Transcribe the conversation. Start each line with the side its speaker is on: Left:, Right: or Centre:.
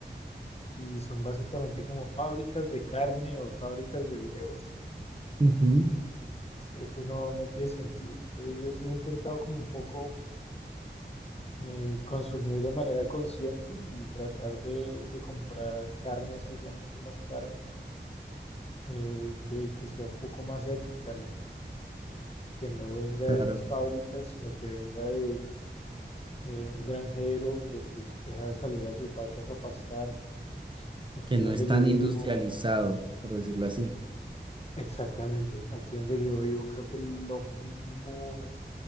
Left: y son básicamente como fábricas de carne o fábricas de huevos.
Right: ujú,
Left: Y pues eso no, no tiene sentido. Entonces yo sí he intentado como un poco eh, consumir de manera consciente y tratar de, de comprar carne así sea mucho más cara eh, que, que sea un poco más ética, ¿no? Que no venga
Right: claro,
Left: de esas fábricas, sino que venga de eh, un granjero que pues deja salir a sus vacas a pastar. Aquí
Right: que no
Left: donde
Right: es tan
Left: yo vivo,
Right: industrializado, por decirlo así.
Left: exactamente, aquí donde yo vivo, creo que lo mínimo